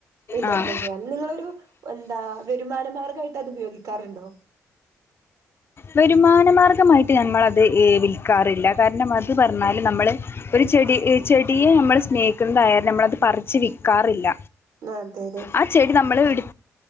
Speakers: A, on the right (about 75°); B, on the left (about 40°).
A: വിതരണം
B: ആഹ്
A: ചെയ്യാാം നിങ്ങളൊരു എന്താ ആ വരുമാനമാർഗമായിട്ട് അത് ഉപയോഗിക്കാറുണ്ടോ
B: വരുമാനമാർഗമായിട്ട് ഞമ്മൾത് വിൽക്കാറില്ല കാരണം അത് പറഞ്ഞാൽ നമ്മൾ ഒരു ചെടി ചെടിയെ നമ്മൾ സ്നേഹിക്കുന്നതായാലും നമ്മളത് പറിച്ച് വിൽക്കാറില്ല
A: ആഹ് അതെ അതെ
B: ആ ചെടി നമ്മള് ഇടു